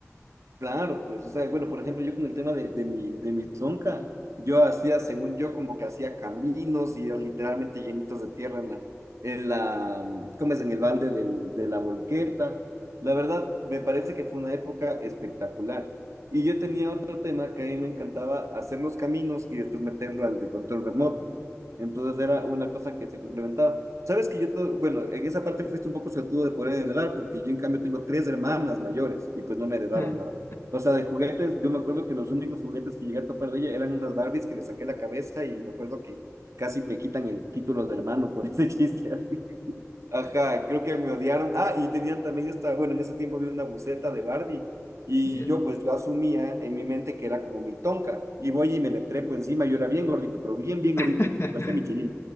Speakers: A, on the right; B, on the left.
A: Claro, pues, o sea, bueno, por ejemplo, yo con el tema de, de mi, de mi tonka yo hacía, según yo, como que hacía caminos y literalmente llenitos de tierra en la, en la, mm, ¿cómo es? En el balde del- de la volqueta. La verdad, me parece que fue una época espectacular. Y yo tenía otro tema que a mí me encantaba hacer los caminos y después meterlo al de control remoto. Entonces era una cosa que se complementaba. Sabes que yo, no- bueno, en esa parte fuiste un poco suertudo de poder heredar, porque yo en cambio tengo tres hermanas mayores y pues no me heredaron
B: <laughs>
A: nada. O sea, de juguetes, yo me acuerdo que los únicos juguetes que llegué a topar de ella eran unas Barbies que le saqué la cabeza y me acuerdo que casi me quitan el título de hermano por ese chiste. <laughs> Ajá, creo que me odiaron. Ah, y tenían también esta, bueno, en ese tiempo había una buceta de Barbie y
B: Ya.
A: yo pues yo asumía en mi mente que era como mi tonka y voy y me le trepo encima, yo era bien gordito, pero bien, bien gordito,
B: <laughs>
A: parecía Michelin.